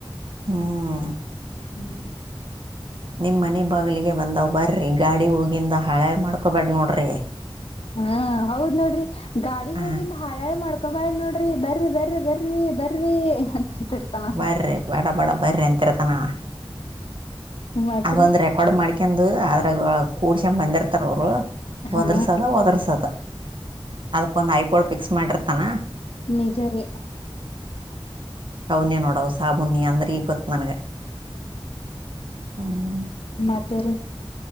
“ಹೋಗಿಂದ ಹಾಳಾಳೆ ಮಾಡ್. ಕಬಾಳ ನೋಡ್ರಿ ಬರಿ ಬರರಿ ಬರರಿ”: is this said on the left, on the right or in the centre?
Left